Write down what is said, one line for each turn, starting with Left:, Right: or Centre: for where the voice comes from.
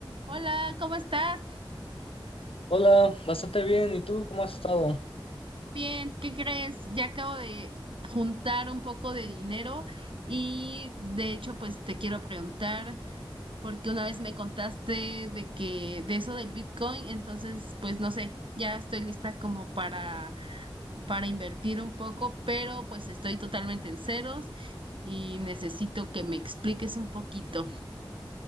Right: Hola, ¿cómo estás?
Left: Hola, bastante bien. ¿Y tú cómo has estado?
Right: Bien, ¿qué crees? Ya acabo de juntar un poco de dinero y de hecho pues te quiero preguntar porque una vez me contaste de que de eso del Bitcoin, entonces pues no sé, ya estoy lista como para para invertir un poco, pero pues estoy totalmente en ceros y necesito que me expliques un poquito.